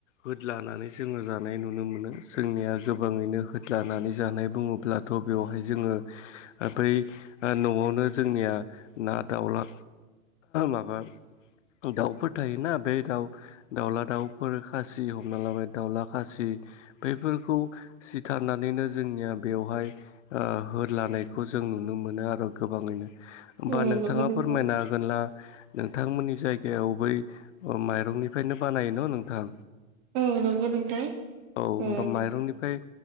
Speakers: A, on the left; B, on the right.
A: होदलानानै जोङो जानाय नुनो मोनो जोंनिया गोबाङैनो होदलानानै जानाय बुङोब्ला थ' बेवहाय जोङो बै ओ न'आवनो जोंनिया ना, दाउला माबा दाउफोर फथायोना बे दाउ दाउला दाउफोर खासि हमना लाबाय दाउला खासि बैफोरखौ सिथारनानैनो जोंनिया बेवहाय हो लानायखौ जों नुनो मोनो आरो गोबाङैनो
B: औ
A: होमबा नोंथाङा
B: नंगौ नोंथां
A: फोरमायनो हागोनब्ला नोंथांमोननि जायगायाव बै अ माइरंनिफ्रायनो बानाय न' नोंथां
B: औ नंगौ नोंथां
A: औ होनबा
B: ओ
A: माइरंनिफ्राय